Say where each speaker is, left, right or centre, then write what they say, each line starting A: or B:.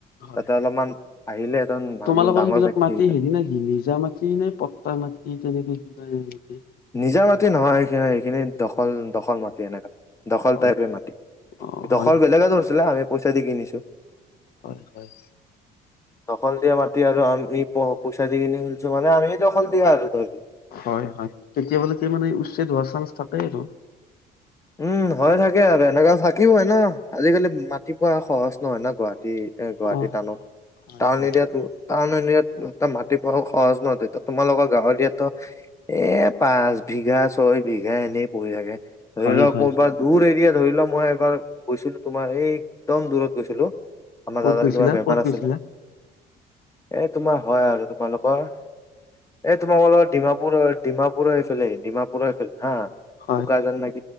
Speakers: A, on the left (about 65°); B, on the left (about 15°).
A: হয়।
B: তাতে অলপমান আহিলে এজন মানুহ
A: তোমালোকৰ
B: ডাঙৰ
A: সেইবিলাক
B: ব্যক্তি
A: মাটি
B: এটা
A: হেৰি নে কি? নিজা মাটি নে পট্টা মাটি তেনেকে কিবা
B: নিজা মাটি নহয়। সিন সিখিনি দখল, দখল মাটি এনেকা। দখল
A: হয়।
B: টাইপে মাটি।
A: অ
B: দখল
A: হয়।
B: বেলেগে ধৰিছিলে আমি পই চা দি কিনিছো।
A: হয়, হয়।
B: দখল দিয়া মাটি আৰু আমি প পইচা দি কিনি খুলিছো। মানে আমি দখল দিয়া আৰু ধৰি
A: হয়, হয়। কেতিয়াবালকে মানে উচ্ছেদ হোৱাৰ চান্স থাকেই আৰু
B: উম হয় থাকে আৰু। এনেকা থাকিবই ন? আজিকালি মাটিপুৱা সহজ নহয় না গুৱাহাটীত। এ গুৱাহাটী
A: অ
B: টাউনত,
A: হয়
B: টাউন
A: হয়।
B: এৰিয়াটো টাউন <unintelligible> মাটি পৰা সহজ নহয়তিয়া তোমালোকৰ গাঁৱলিয়ো এ পাঁচ বিঘা, ছয় বিঘা এনেই পৰি থাকে। ধৰি
A: হয়
B: লওঁক
A: হয়
B: ক'ৰবাত
A: হয়
B: দূৰ এৰিয়াত ধৰি মই এবাৰ গৈছিলো তোমাৰ এই একদম দূৰত গৈছিলো। আমাৰ
A: ক'ত
B: দাদাৰ
A: গৈছিলা
B: কিবা বেমাৰ
A: ক'ত
B: আছিলে
A: গৈছিলা
B: এ তোমাৰ হয় আৰু তোমালোকৰ এ তোমাৰ অৰ ডিমাপুৰ ডিমাপুৰফালে ডিমাপুৰফালে হা
A: হয়
B: বুকাজান
A: হয়
B: না